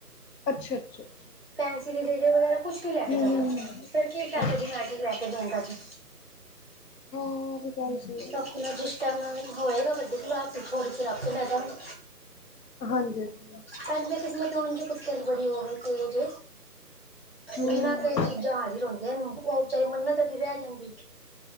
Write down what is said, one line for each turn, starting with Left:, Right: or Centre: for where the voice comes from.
Left: ਅੱਛਾ ਅੱਛਾ ਅੱਛਾ।
Right: ਪੈਨਸਿਲ ਇਰੇਜਰ ਵਗੈਰਾ ਕੁਛ ਨੀ ਲੈ ਕੇ
Left: ਹੂੰ
Right: ਜਾਂਦਾ।
Left: ਹੂੰ ਹੂੰ
Right: ਫੇਰ ਕੀ ਫੈਦਾ
Left: ਅੱਛਾ ਹਾਂ
Right: ਜਮੈਟਰੀ ਲੈ ਕੇ ਦੇਣ ਦਾ ਅਜੇ।
Left: ਉਹ ਵੀ ਗੱਲ ਸਹੀ ਹੈ
Right: ਅਪਨਾ ਜੀ। ਹੋਏਗਾ ਵੱਡੀ ਕਲਾਸ ਫਿਰ ਆਪੇ ਲੈ ਦਾਂਗੇ।
Left: ਹਾਂਜੀ ਹਾਂਜੀ।
Right: ਪੰਜ ਤਾਂ ਕਿਸਮਤ ਹੋਣ ਜੇ ਕੁੱਤੇ ਦੀ ਬੜੀ ਹੋਵੇ ਤੇਜ
Left: ਹੂੰ
Right: ਬਿਨਾਂ ਕਈ ਚੀਜ਼ਾਂ ਹਾਜ਼ਰ ਹੁੰਦੀਆਂ, ਉਹ ਬਚਾਰੀ ਮੰਨਤ ਦੀ ਰਹਿ ਜਾਂਦੀ